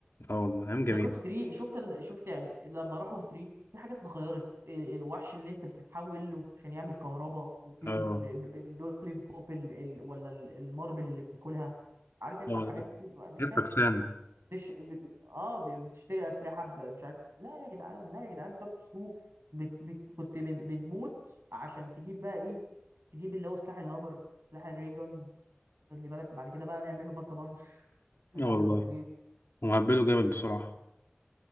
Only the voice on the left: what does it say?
اه والله ايام جميله
اه
اه والله
جت
فكسان
اه
والله
ومهبلوا جامد بصراحه